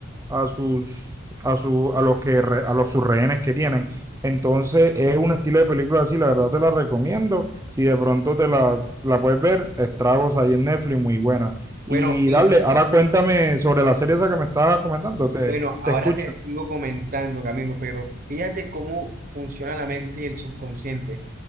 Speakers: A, on the right; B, on the right.
A: a sus, a su, a los que, re- a los sus rehenes que tienen. Entonces, es un estilo de película así, la verdad te la recomiendo. Si de pronto te la, la puedes ver, Estragos ahí en Netflix, muy buena. Y
B: Bueno, fíjate.
A: dale, ahora cuéntame sobre la serie esa que me estabas comentando, te,
B: Bueno, ahora
A: te escucho.
B: te sigo comentando, Camilo, pero fíjate cómo funciona la mente y el subconsciente.